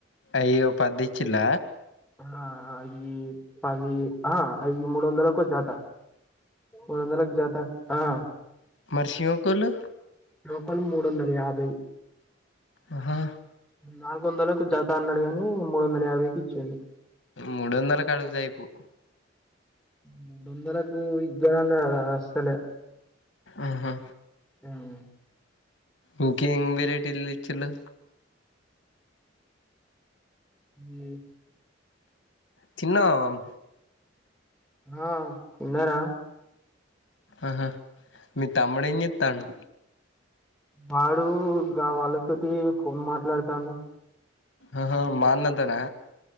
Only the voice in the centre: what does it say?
ఆ అయి పది ఆ అయి మూడు వందలకు జత మూడు వందలకు జత ఆ
లోకల్ మూడు వందల యాభై
నాలుగు వందలకు జత అన్నడు గాని మూడు వందల యాభైకి ఇచ్చిండు
మూడు వందలకు ఇయ్యాల వస్తలే
హ్మ్
ఏ
ఆ తిన్నార
వాడు గావాళ్ళతోటి ఫోన్ మాట్లాడుతాండు